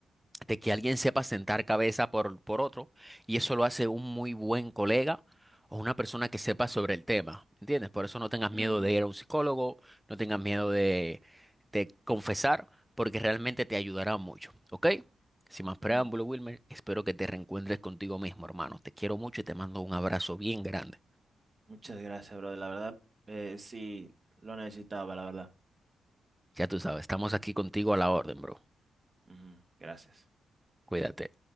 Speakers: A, in the centre; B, on the right (about 35°).
A: de que alguien sepa sentar cabeza por, por otro, y eso lo hace un muy buen colega o una persona que sepa sobre el tema, ¿entiendes? Por eso no tengas
B: ujú,
A: miedo de ir a un psicólogo, no tengas miedo de, de confesar, porque realmente te ayudará mucho, ¿ok? Sin más preámbulo,
B: mm.
A: Wilmer, espero que te reencuentres contigo mismo, hermano. Te quiero mucho y te mando un abrazo bien grande.
B: Muchas gracias, brother, la verdad, eh, sí, lo necesitaba, la verdad.
A: Ya tú sabes, estamos aquí contigo a la orden, bro.
B: Ujú, Gracias.
A: Cuídate.